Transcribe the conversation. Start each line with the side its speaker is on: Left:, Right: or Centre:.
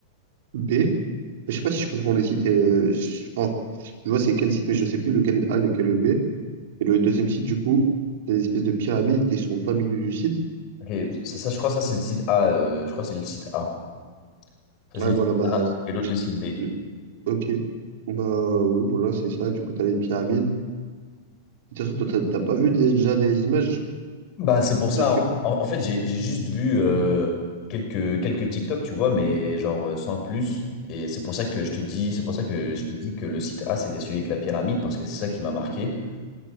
Right: B. Je sais pas si je comprends les sites. euh, je, enfin, je vois c'est quel site, mais je sais plus lequel est A, lequel est B. Et le deuxième site, du coup, c'est des espèces de pyramides qui sont en plein milieu du site.
Left: Ok, ça, ça, je crois que ça c'est le site A. euh, je crois que c'est le site A. Ça,
Right: Ouais,
Left: c'est le
Right: voilà,
Left: site
Right: bah,
Left: A et l'autre, le site B.
Right: c'est- ok. Bah, ouais, voilà, c'est ça. Du coup, t'as les pyramides. De toute façon, toi, t'as t'as pas vu des- déjà des images
Left: Bah, c'est pour
Right: dessus?
Left: ça. En, en fait, j'ai j'ai juste vu euh, quelques, quelques TikTok, tu vois, mais genre euh, sans plus. Et c'est pour ça que je te dis, c'est pour ça que je te dis que le site A, c'était celui avec la pyramide, parce que c'est ça qui m'a marqué.